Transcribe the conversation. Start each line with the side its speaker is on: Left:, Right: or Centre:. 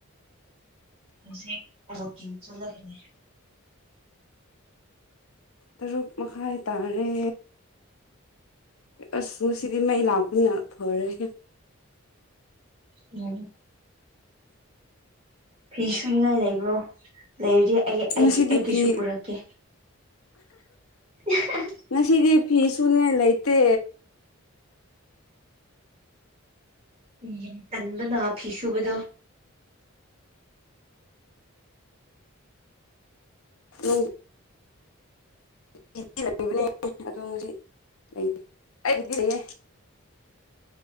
Right: ꯍꯧꯖꯤꯛ ꯋꯥꯀꯤꯡ ꯆꯠꯂꯒꯅꯦ
Left: ꯇꯔꯨꯛ ꯃꯈꯥꯏ ꯇꯥꯔꯦ ꯑꯁ ꯉꯁꯤꯗꯤ ꯃꯩ ꯂꯥꯛꯄꯅ ꯐꯔꯦꯍꯦ
Right: ꯎꯝ ꯐꯤ ꯁꯨꯅꯤꯉꯥꯏ ꯂꯩꯕ꯭ꯔꯣ ꯂꯩꯔꯗꯤ ꯑꯩ ꯑꯩꯒꯤ
Left: ꯉꯁꯤꯗꯤ
Right: ꯑꯩꯒꯤꯁꯨ
Left: ꯐꯤ
Right: ꯄꯨꯔꯛꯀꯦ <unintelligible>
Left: ꯉꯁꯤꯗꯤ ꯐꯤ ꯁꯨꯅꯤꯉꯥꯏ ꯂꯩꯇꯦ
Right: ꯌꯥ ꯇꯟꯕꯅ ꯐꯤ ꯁꯨꯕꯗꯣ
Left: ꯨꯅꯨꯡ ꯑꯩꯗꯤ ꯂꯩꯕꯅꯦ ꯑꯗꯣ ꯉꯁꯤ ꯂꯩꯇꯦ ꯑꯩꯒꯤꯗꯤ ꯂꯩꯌꯦ